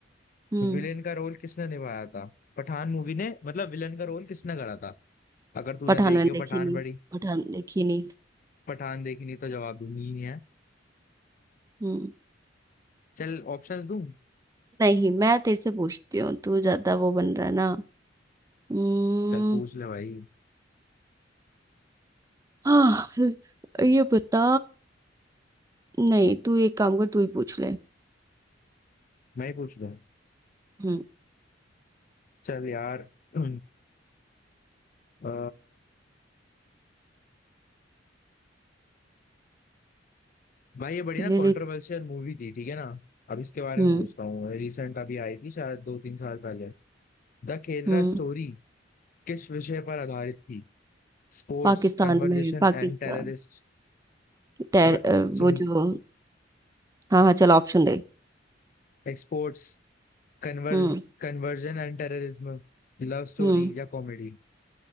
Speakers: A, on the right; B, on the left.
A: हम्म
B: विलेन का रोल किसने निभाया था पठान मूवी ने मतलब विलेन का रोल किसने करा था अगर तूने
A: पठान
B: देखी
A: मैंने
B: हो
A: देखी
B: पठान
A: नहीं
B: बड़ी
A: पठान देखी नहीं
B: पठान देखी नहीं तो जवाब दूंगी ही नहीं है
A: हम्म
B: चल ऑप्शंस दूं
A: नहीं मैं तेरे से पूछती हूँ तू ज्यादा वो बन रहा है ना हम्म
B: चल पूछ ले भाई
A: हाँ ये बता नहीं तू एक काम कर तू ही पूछ ले
B: मैं ही पूछ लूं
A: हम्म
B: चल यार <clears throat> अ, भाई ये बड़ी ना
A: ले
B: कंट्रोवर्शियल
A: ले
B: मूवी थी ठीक है ना अब इसके बारे
A: हम्म
B: में पूछता हूँ रिसेंट अभी आई थी शायद दो तीन साल पहले द केरला
A: हम्म
B: स्टोरी किस विषय पर आधारित थी Sports
A: पाकिस्तान
B: conversation
A: में पाकिस्तान
B: and terrorist
A: टेर
B: अबे
A: अ,
B: सुन
A: वो जो हाँ हाँ चल ऑप्शन दे
B: Exports converge
A: हम्म
B: conversion and terrorism love story
A: हम्म
B: या कॉमेडी